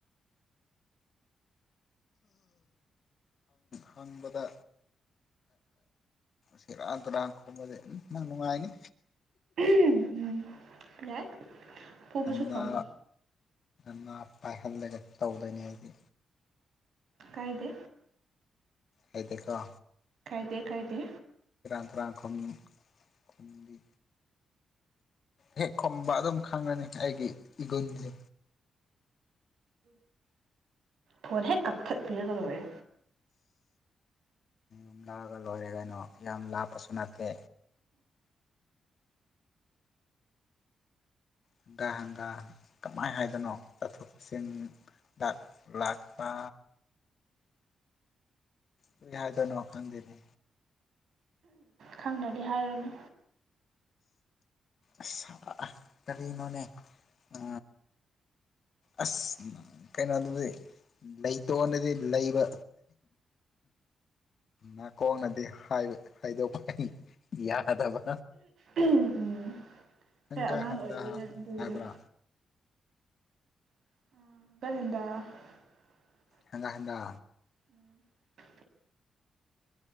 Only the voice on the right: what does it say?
ꯎꯝ ꯌꯥꯏ ꯐꯨꯕꯁꯨ
ꯐꯪꯉꯣꯏ
ꯀꯥꯏꯗꯦ
ꯀꯥꯏꯗꯦ ꯀꯥꯏꯗꯦ
ꯐꯣꯟ ꯍꯦꯛ ꯀꯛ ꯐꯠ ꯄꯤꯔꯒꯗꯔꯦ
ꯈꯪꯗꯗꯤ ꯍꯥꯏꯔꯅꯨ
ꯎꯝ
ꯈꯔ ꯑꯉꯥꯡ
ꯑꯣꯏꯔꯤ ꯅꯪ ꯑꯗꯨꯒꯤꯅ
<unintelligible>
<inaudible>